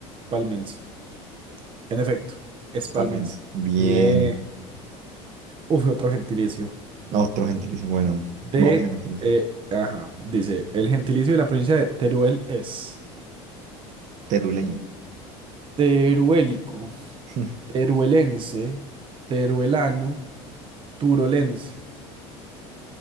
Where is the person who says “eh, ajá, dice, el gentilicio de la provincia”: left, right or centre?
Right